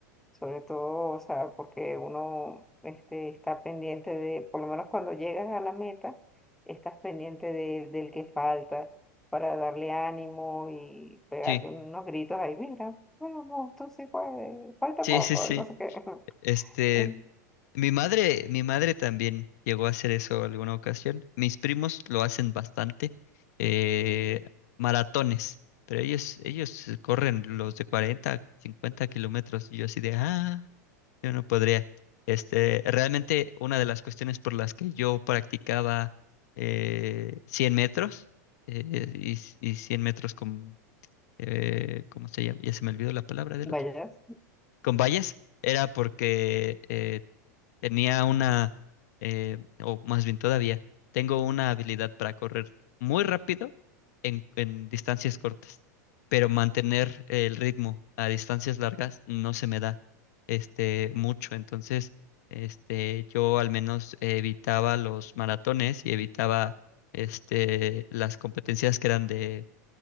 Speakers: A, in the centre; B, on the left.
A: sobre todo, o sea, porque uno este, está pendiente de, por lo menos cuando llegas a la meta, estás pendiente de, del que falta para darle ánimo y pegarle
B: Sí,
A: unos gritos ahí, mira, vamos, tú sí puedes, falta
B: sí,
A: poco,
B: sí, sí.
A: y no sé qué. <laughs>
B: Este, mi madre, mi madre también llegó a hacer eso alguna ocasión. Mis primos lo hacen bastante, eh, maratones, pero ellos, ellos corren los de 40, 50 kilómetros y yo así de, ah, yo no podría. Este, realmente una de las cuestiones por las que yo practicaba eh, 100 metros eh, y, y 100 metros eh, ¿cómo se llama? Ya se me olvidó la palabra del
A: Vayas.
B: otro. Con vallas, era porque eh, tenía una, eh, o más bien todavía, tengo una habilidad para correr muy rápido en, en distancias cortas, pero mantener el ritmo a distancias largas no se me da este, mucho. Entonces, este, yo al menos evitaba los maratones y evitaba este, las competencias que eran de